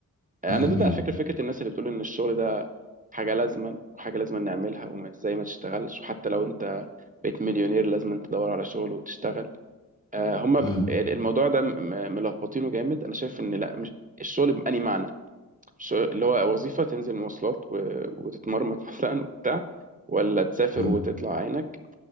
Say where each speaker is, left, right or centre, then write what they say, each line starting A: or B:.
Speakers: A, on the right; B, on the left.
A: انا
B: امم
A: ضد
B: امم
A: على فكره فكره الناس اللي بتقول ان الشغل ده حاجه لازما وحاجه لازما نعملها وما ازاي ما تشتغلش وحتى لو انت بقيت مليونير لازم تدور على شغل وتشتغل آه هما ب-
B: امم
A: الموضوع ده م- م- ملخبطينه جامد انا شايف ان لا مش الشغل بأني معنى الشغل اللي هو وظيفه تنزل مواصلات و- وتتمرمط <laughs> مثلا وبتاع ولا تسافر
B: امم
A: وتطلع عينك